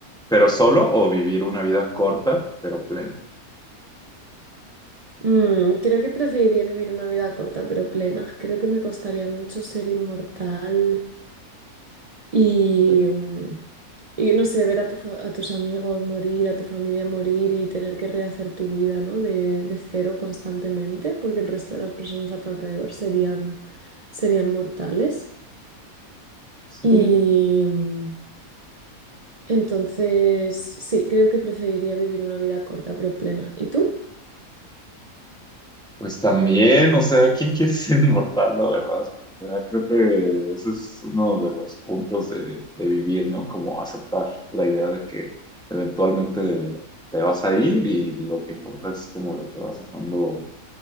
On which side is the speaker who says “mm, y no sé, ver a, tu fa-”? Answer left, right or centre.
Right